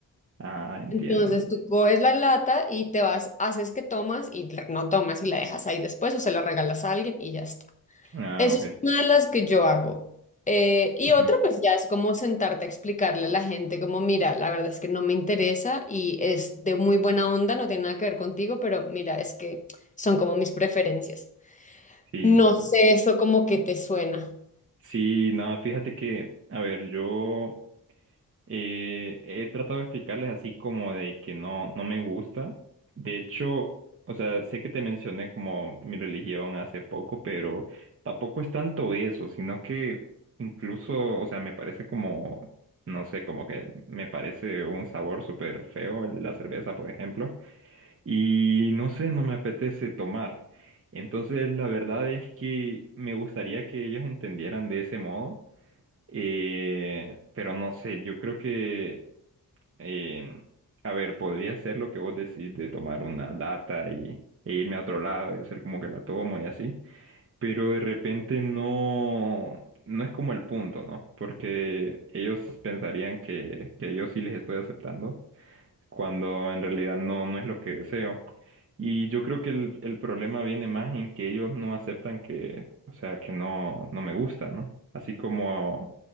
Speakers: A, on the right (about 40°); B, on the left (about 20°).
A: Ah, entiendo.
B: Entonces tú coges la lata y te vas, haces que tomas y la- no tomas y la dejas ahí después o se la regalas a alguien y ya está.
A: Ah,
B: Esa
A: ok.
B: es una de las que yo hago. Eh, y
A: Ujú.
B: otra, pues ya es como sentarte a explicarle a la gente, como, mira, la verdad es que no me interesa y es de muy buena onda, no tiene nada que ver contigo, pero mira, es que son como mis preferencias.
A: Sí,
B: No
A: Claro.
B: sé eso como que te suena.
A: sí, nada, fíjate que, a ver, yo eh, he tratado de explicarles así como de que no, no me gusta. De hecho, o sea, sé que te mencioné como mi religión hace poco, pero tampoco es tanto eso, sino que incluso, o sea, me parece como, no sé, como que me parece un sabor súper feo el de la cerveza, por ejemplo. y no sé, no me apetece tomar. Entonces, la verdad es que me gustaría que ellos entendieran de ese modo, eh, pero no sé, yo creo que, eh, a ver, podría ser lo que vos decís de tomar una lata y, e irme a otro lado y hacer como que la tomo y así, pero de repente no, no es como el punto, ¿no? Porque ellos pensarían que, que yo sí les estoy aceptando, cuando en realidad no, no es lo que deseo. Y yo creo que el, el problema viene más en que ellos no aceptan que, o sea, que no, no me gusta, ¿no? Así como